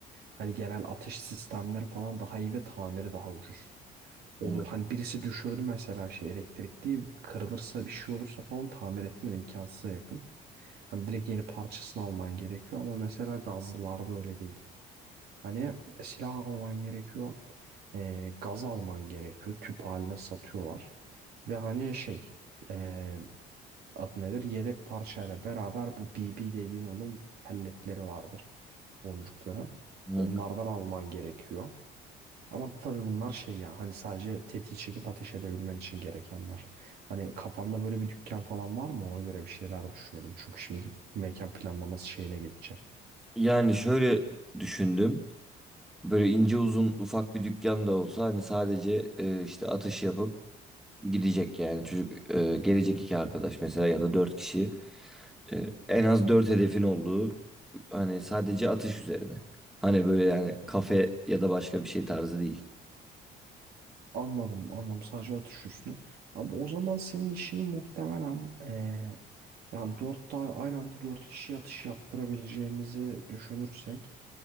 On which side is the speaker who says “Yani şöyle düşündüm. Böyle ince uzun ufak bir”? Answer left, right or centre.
Centre